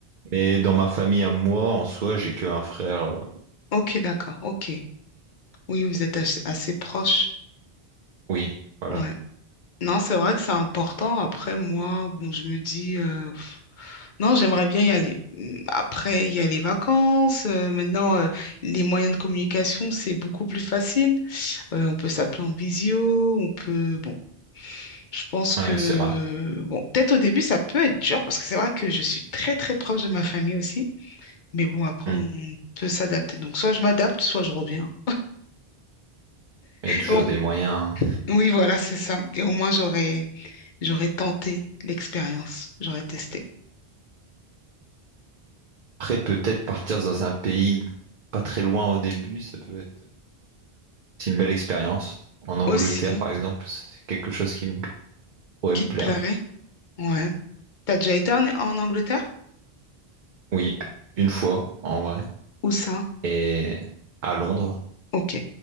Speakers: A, on the right; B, on the left.
A: Mais dans ma famille à moi, en soi, j'ai que un frère. euh,
B: Ok, d'accord. Ok. Oui, vous êtes ach- assez proche.
A: Oui, voilà.
B: Ouais. Non, c'est vrai que c'est important. Après, moi, bon, je me dis, euh, pff, non, j'aimerais bien y aller. Hum, Après, il y a les vacances. euh, maintenant, euh, les moyens de communication, c'est beaucoup plus facile. Euh, on peut s'appeler en visio, on peut, bon, je pense que,
A: Ouais, c'est vrai.
B: bon, peut-être au début, ça peut être dur parce que c'est vrai que je suis très, très proche de ma famille aussi. Mais bon, après,
A: Hmm.
B: on peut s'adapter. Donc, soit je m'adapte, soit je reviens.
A: Il y a toujours
B: Oh,
A: des moyens. hein.
B: oui, voilà, c'est ça. Et au moins, j'aurais J'aurais tenté l'expérience. J'aurais testé.
A: Après, peut-être partir dans un pays pas très loin au début, ça peut être c'est une belle expérience. En Angleterre,
B: Aussi,
A: par exemple, c'est quelque chose qui me pourrait
B: qui
A: me plaire.
B: te plairait? Ouais. T'as déjà été en, en Angleterre?
A: Oui, une fois, en vrai.
B: Où ça?
A: Et à Londres.
B: Ok.